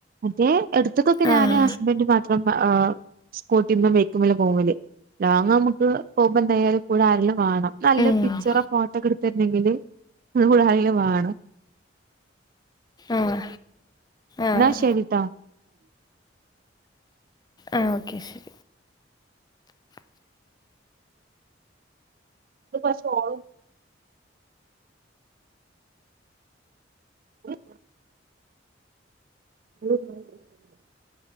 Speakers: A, on the right; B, on the left.
A: അതെ എട്ത്ത്ക്കൊക്കെ ഞാന്
B: ആഹ്
A: ഹസ്ബൻഡ് മാത്രം അ് സ്കൂട്ടിമ്മെ ബയ്ക്കുമ്മല് പോവല് ലോങ്ങ് നമ്മക്ക് പോകുമ്പംന്തായാലും കൂടെ ആരെലും വാണം നല്ല
B: ഉം
A: പിക്ച്ചറോ ഫോട്ടോക്കട്ത്തെടര്ണെങ്കില് നമ്മളെ കൂടെ ആരെങ്കിലും വാണം
B: ആഹ് ആഹ്
A: ന്നാ ശരിട്ടാ
B: ആഹ് ഓക്കെ ശരി
A: ഇത് പക്ഷ ഓള് ഉം ഉം